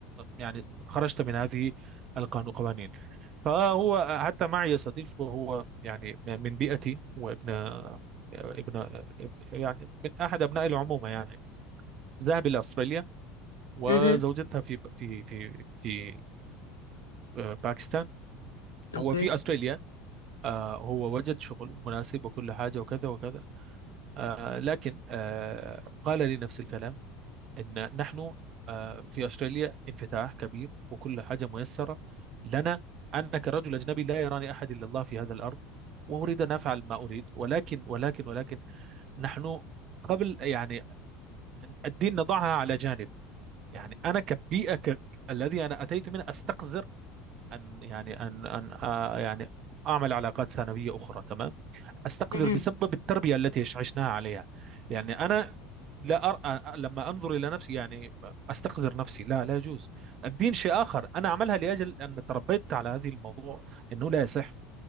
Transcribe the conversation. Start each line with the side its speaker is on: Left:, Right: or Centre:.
Right: يعني خرجت من هذه القوانين فهو حتى معي صديق وهو يعني من بيئتي وابن ابن يعني من احد ابناء العمومه يعني ذهب الى استراليا وزوجتها
Left: امم
Right: في في في في آه، باكستان
Left: اوكي
Right: هو في استراليا آه، هو وجد شغل مناسب وكل حاجه وكذا وكذا آه، لكن آه، قال لي نفس الكلام ان نحن آه، في استراليا انفتاح كبير وكل حاجه ميسره لنا انا كرجل اجنبي لا يراني احد الا الله في هذا الارض واريد ان افعل ما اريد ولكن ولكن ولكن نحن قبل يعني الدين نضعها على جانب يعني انا كبيئه ك... الذي انا اتيت منه استقذر أن يعني أن أن آ- يعني أعمل علاقات ثانوية أخرى تمام أستقدر
Left: مهم.
Right: بسبب التربية التي عش- عشناها عليها يعني أنا لا أرى لما أنظر إلى نفسي يعني أستقذر نفسي لا لا يجوز الدين شيء آخر أنا أعملها لأجل أن تربيت على هذه الموضوع أنه لا يصح